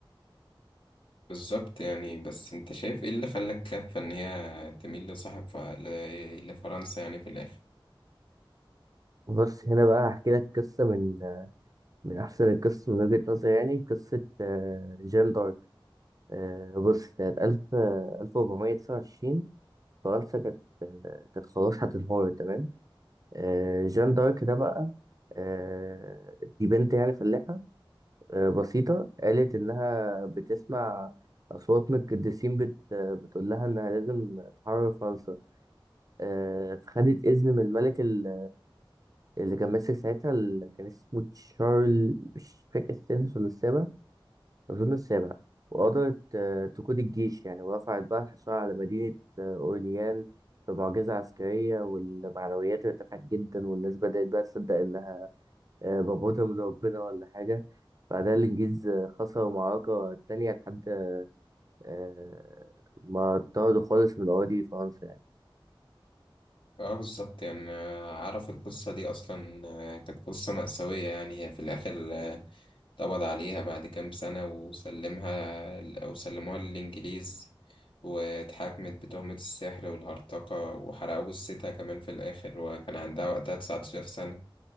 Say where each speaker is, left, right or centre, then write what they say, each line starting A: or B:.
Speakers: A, on the left; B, on the right.
A: بالظبط يعني بس انت شايف ايه اللي خلاك كفة ان هي تميل لصاحب ف... ل... لفرنسا يعني في الاخر
B: بس هنا بقى هحكي لك قصه من آه، من احسن القصص من وجهه نظري يعني قصه آه، جان دارك آه، بص سنه 1000 آه، 1429 فرنسا كانت كانت خلاص هتنهار تمام آه، جان دارك ده بقى آه، دي بنت يعني فلاحه آه، بسيطة قالت إنها بتسمع أصوات من القديسين بت... بتقول لها إنها لازم تحرر فرنسا آه، فخدت إذن من الملك ال- اللي كان ماسك ساعتها اللي كان اسمه تشارل مش فاكر السادس ولا السابع أظن السابع وقدرت آه، تقود الجيش يعني ورفعت بقى الحصار على مدينة آه، أورليان بمعجزة عسكرية والمعنويات ارتفعت جدا والناس بدأت بقى تصدق إن آه، بموتها من ربنا ولا حاجة بعدها الإنجليز آه، خسروا المعركة التانية لحد آه، ما طردوا خالص من أراضي فرنسا يعني
A: اه بالظبط يعني آه، اعرف القصة دي اصلا آه، كانت قصة مأساوية يعني هي في الاخر آه، اتقبض عليها بعد كام سنة وسلمها ل- او سلموها للانجليز واتحاكمت بتهمة السحر والهرطقة وحرقوا جثتها كمان في الاخر وكان عندها وقتها 19 سنة